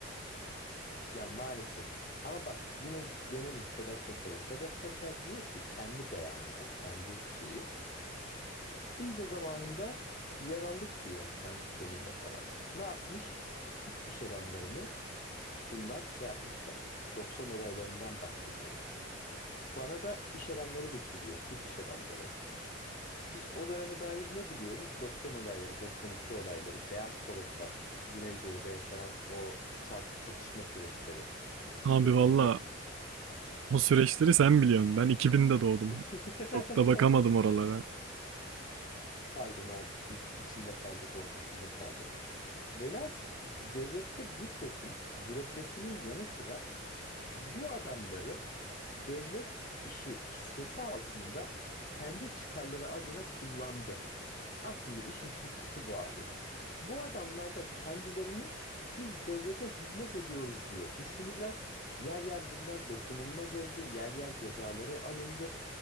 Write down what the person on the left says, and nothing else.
Ya maalesef. Ama bak yine dönelim Sedat Peker'e. Sedat Peker diyor ki kendi beyanı bu, kendi şeyi. Biz de zamanında yer aldık diyor kendi tonuyla falan. Ne yapmış? Kürt iş adamlarını bunlar şey yapmışlar. 90 olaylarından bahsediyor. Bana da iş adamları düştü diyor, Kürt iş adamları. Biz o döneme dair ne biliyoruz? 90 olayları, 92 olayları, Beyaz Toroslar, Güneydoğu'da yaşanan o ça- çatışma süreçleri. İşte
PKK,
<laughs>
Pardon abi biz içinde kaldık ortasında kaldık. Velhasıl devlette bir kesim bürokrasinin yanı sıra bu adamları devlet işi kisvesi altında kendi çıkarları adına kullandı. Aslında işin Türkçesi bu abi. Bu adamlar da kendilerini biz devlete hizmet ediyoruz diye düşündüler. Yer yer bunlar dokunulmaz oldu. Yer yer cezaları alındı.